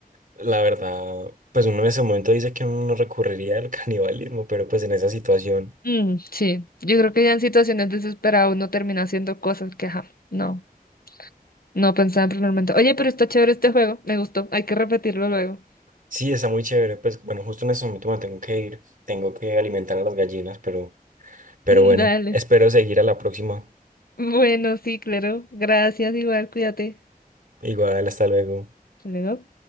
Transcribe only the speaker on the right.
La verdad, pues uno en ese momento dice que uno no recurriría al <laughs> canibalismo, pero pues en esa situación
sí está muy chévere. Pues bueno, justo en ese momento me tengo que ir, tengo que alimentar a las gallinas, pero, pero
bueno,
espero seguir a la próxima.
Igual, hasta luego.